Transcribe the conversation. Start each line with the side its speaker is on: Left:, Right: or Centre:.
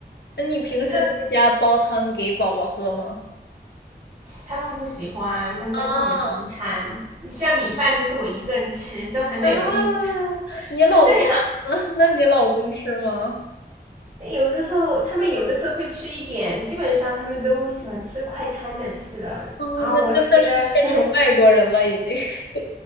Left: 那你平时在家煲汤给宝宝喝吗？
Right: 哥，他们不喜欢，他们都不喜欢中餐。
Left: 啊
Right: 你像米饭都是我一个人吃，都很没有意思。
Left: 啊！
Right: <laughs>
Left: 你老公呢？
Right: 真的呀，
Left: <laughs> 那你老公吃吗？
Right: 有的时候他们有的时候会吃一点，基本上他们都喜欢吃快餐的事啊。
Left: 哦，
Right: 然我就觉得可能
Left: 那真的是变成外国人了已经。<laughs>